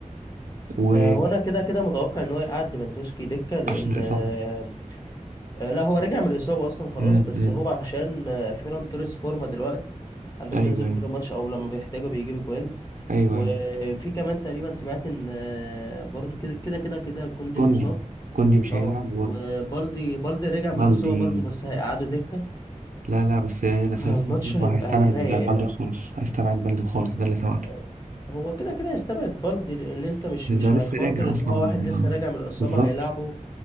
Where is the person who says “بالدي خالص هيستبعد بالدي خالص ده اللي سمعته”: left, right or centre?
Right